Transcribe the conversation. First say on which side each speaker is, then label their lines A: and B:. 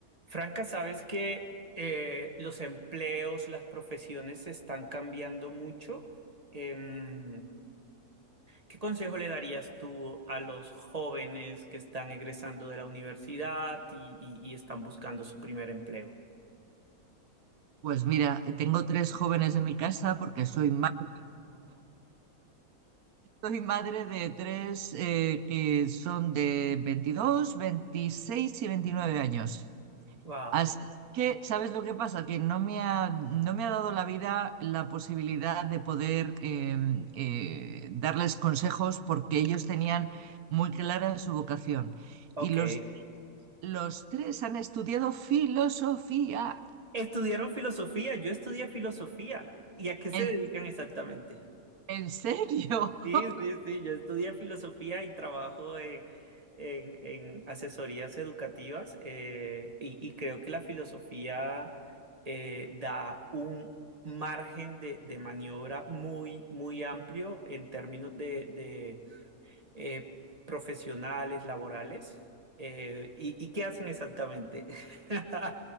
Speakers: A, on the right; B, on the right.
A: Franca, sabes que eh, los empleos, las profesiones se están cambiando mucho. Em, ¿qué consejo le darías tú a los jóvenes que están egresando de la universidad y, y- y están buscando su primer empleo?
B: Pues mira, eh, tengo tres jóvenes en mi casa porque soy madre, soy madre de tres eh, que son de 22, 26 y 29 años.
A: Wow,
B: Así que, ¿sabes lo que pasa? Que no me ha, no me ha dado la vida la posibilidad de poder em, eh, darles consejos porque ellos tenían muy clara su vocación.
A: ok.
B: Y los, los tres han estudiado filosofía.
A: Estudiaron filosofía, yo estudié filosofía. ¿Y a qué se
B: ¿En,
A: dedican exactamente?
B: en serio?
A: Sí,
B: <laughs>
A: sí, sí, yo estudié filosofía y trabajo en, en, en asesorías educativas eh, y, y creo que la filosofía eh, da un margen de, de maniobra muy, muy amplio en términos de, de, eh, profesionales, laborales. Eh, ¿y, y qué hacen exactamente? <laughs>